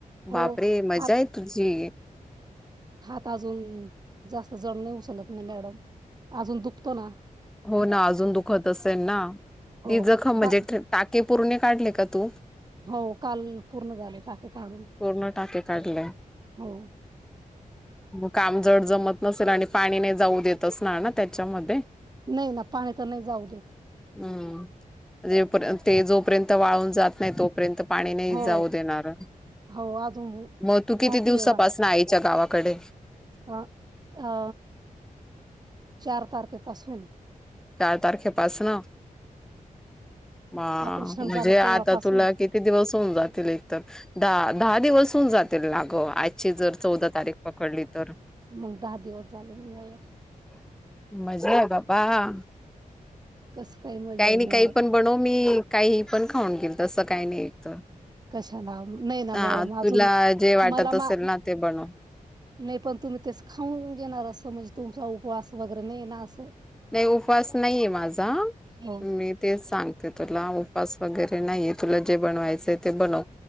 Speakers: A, on the right; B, in the centre.
A: हो
B: बापरे मज्जा
A: हात
B: आहे तुझी
A: हात अजून जास्त जड नाही उचलत नाही मी मॅडम अजून दुखतो ना
B: हो ना अजून दुखत असेल, ना
A: हो
B: ती जखम म्हणजे
A: का
B: टाके पुरण काढले का तू
A: हो काल पूर्ण झाले टाके काढून
B: पूर्ण टाके काढलेय.
A: हो
B: काम जड जमत नसेल आणि पाणी नाही जाऊ देत असणार ना त्याच्यामध्ये
A: नाही ना पाणी तर नाही जाऊ देत.
B: हम्म. जेपर्यंत ते जोपर्यंत वाळून जात नाही तोपर्यंत पाणी नाही
A: हो
B: जाऊ देणार
A: हो अजून
B: मग तू किती
A: बाकी
B: दिवसापासन
A: आहे बा
B: आईच्या गावा कडे.
A: अ अ चार तारखे. असून.
B: चार तारखेपासन म्हणजे
A: ऑपरेशन झालं
B: आता
A: तेव्हापासून
B: तुला किती दिवस होऊन जातील एकतर दहा दहा दिवस जात. लागतील ना गं आजची जर चौदा तारीख पकडली तर
A: मग दहा दिवस झाले मग
B: मजा आहे बा. बा.
A: कसं मजा
B: काही
A: आहे
B: नाही काही
A: मॅडम
B: पण बनव मी काही पन खाऊन घेईल. तसं काही नाही तर
A: कशाला नाही ना
B: हा
A: मॅडम अजून
B: तुला जे वाटत
A: मला मा
B: असेल
A: नाही
B: ना ते बनव
A: पण तुम्ही तेच खाऊन घेणार असं म्हणजे तुमचा उपवास. भगर नई ना ना असू.
B: नाही उपास नाहीय माझा
A: हो
B: मी तेच सांगते तुला उपास वगैरे नाही आहे तुला जे बनवायचं आहे ते बनव.